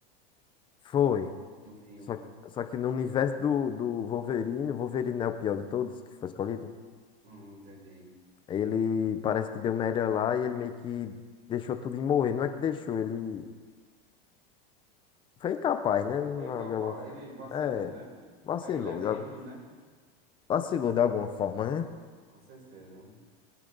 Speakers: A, on the left (about 15°); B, on the right (about 35°).
A: Foi.
B: no filme.
A: Só que, só que no universo do, do Wolverine, o Wolverine não é o pior de todos que foi escolhido.
B: Hum, entendi.
A: Ele parece que deu merda lá e ele meio que deixou tudo em morrer. Não é que deixou, ele Foi incapaz, né? De
B: Foi incapaz.
A: alguma forma.
B: Ele vacilou,
A: É,
B: né?
A: vacilou
B: E aí ele é bêbado,
A: de, algum...
B: né?
A: vacilou de alguma forma, né?
B: Com certeza.